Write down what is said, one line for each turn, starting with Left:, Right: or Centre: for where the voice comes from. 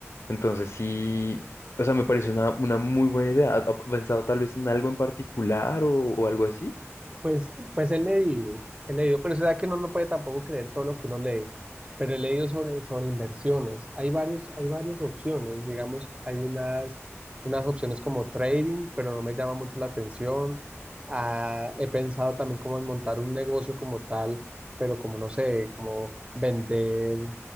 Left: Entonces sí, o sea, me parece una, una muy buena idea. ¿Ha ha pensado tal vez en algo en particular o, o algo así?
Right: Pues, pues he leído, he leído, pero será que uno no lo puede tampoco creer todo lo que uno lee. Pero he leído sobre, sobre inversiones. Hay varios, hay varias opciones. Digamos, hay unas, unas opciones como trading, pero no me llama mucho la atención. Ah, he pensado también como en montar un negocio como tal, pero como no sé, como vender,